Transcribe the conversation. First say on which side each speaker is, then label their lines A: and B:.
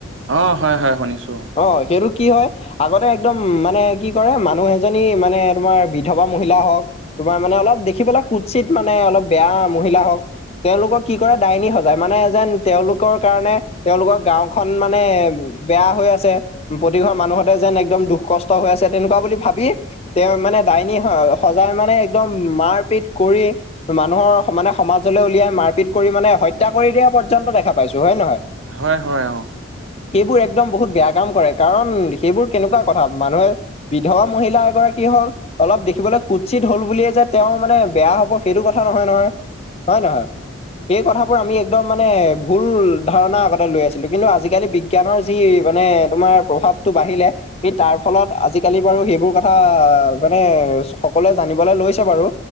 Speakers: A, on the right (about 65°); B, on the left (about 30°).
A: অ, হয় হয় শুনিছো।
B: অ সেইটো কি হয়? আগতে একদম মানে কি কৰে, মানুহ এজনী মানে তোমাৰ বিধৱা মহিলা হওক তোমাৰ মানে অলপ দেখিবলে কুৎচিত মানে অলপ বেয়া মহিলা হওক। তেওঁলোকক কি কৰে ডাইনী সজায়। মানে যেন তেওঁলোকৰ কাৰণে তেওঁলোকৰ গাঁওখন মানে বেয়া হৈ আছে। প্ৰতি ঘৰ মানুহতে যেন একদম দুখ কষ্ট হৈ আছে, তেনেকুৱা বুলি ভাবি তেওঁ মানে ডাইনী সজাই মানে একদম মাৰপিট কৰি মানুহৰ মানে সমাজলৈ উলিয়াই মাৰপিট কৰি মানে হত্যা কৰি দিয়া পৰ্যন্ত দেখা পাইছো। হয় নহয়?
A: হয়, হয়, অ।
B: সেইবোৰ একদম বহুত বেয়া কাম কৰে। কাৰণ সেইবোৰ কেনেকুৱা কথা? মানুহে বিধৱা মহিলা এগৰাকী হল অলপ দেখিবলৈ কুটছিত হল বুলিয়ে যে তেওঁ মানে বেয়া হব সেইটো কথা নহয় নহয় হয় নহয় সেই কথাবোৰ আমি একদম মানে ভুল ধাৰণা আগতে লৈ আছিলো কিন্তু আজিকালি বি বিজ্ঞানৰ যি মানে তোমাৰ প্ৰভাৱটো বাঢ়িলে। কিন্তু তাৰ ফলত আজি-কালি বাৰু সেইবোৰ কথা মানে সকলোৱে জানিবলে লৈছে বাৰু।